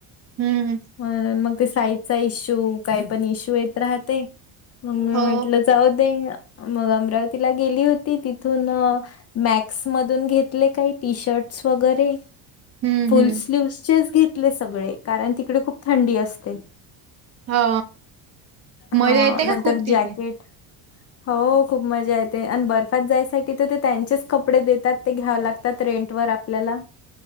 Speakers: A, on the right; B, on the left.
A: हम्म
B: म्ह मग साईजचा इश्यू काय पण इश्यू येत राहते मग मी
A: हो
B: म्हटलं जाऊ दे मग अमरावती तिला गेली होती तिथून मॅक्स मधून घेतले काही टी शर्टस वगैरे
A: हम्म
B: फुल
A: हम्म
B: स्लीव्हचेच घेतले सगळे कारण तिकडे खूप थंडी असते.
A: हा मजा
B: हा
A: येते
B: नंतर
A: का खूप तिथे
B: जॅकेट हो खूप मजा येत. आणि बर्फात जायसाठी तर ते त्यांचेच कपडे देतात ते घ्याव लागतात रेंट वर आपल्याला